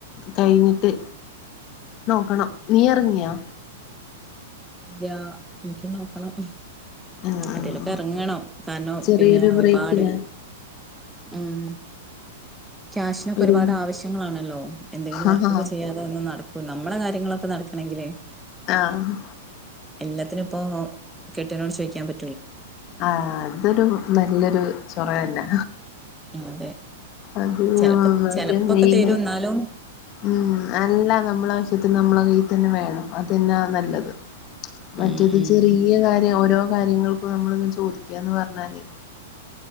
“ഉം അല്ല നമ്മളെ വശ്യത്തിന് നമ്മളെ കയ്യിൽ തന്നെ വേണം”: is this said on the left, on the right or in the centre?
Left